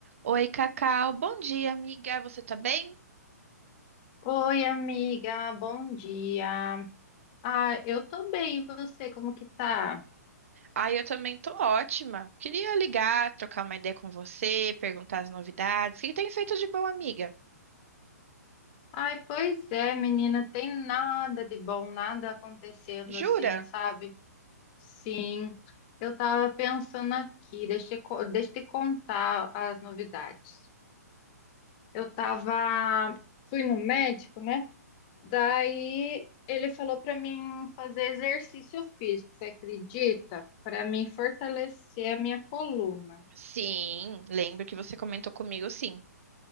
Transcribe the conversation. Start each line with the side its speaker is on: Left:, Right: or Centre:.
Right: Oi, Cacau. Bom dia, amiga. Você tá bem?
Left: Oi, amiga, bom dia. Ah, eu tô bem, e você, como que tá?
Right: Ah, eu também tô ótima. Queria ligar, trocar uma ideia com você, perguntar as novidades. O que tem feito de bom, amiga?
Left: Ai, pois é, menina, tem nada de bom, nada acontecendo
Right: Jura?
Left: assim, sabe? Sim, eu tava pensando aqui, deixa eu, co- deixa eu te contar as novidades. Eu tava, fui no médico, né? Daí ele falou pra mim fazer exercício físico, você acredita? Pra mim fortalecer a minha coluna.
Right: Sim, lembro que você comentou comigo, sim.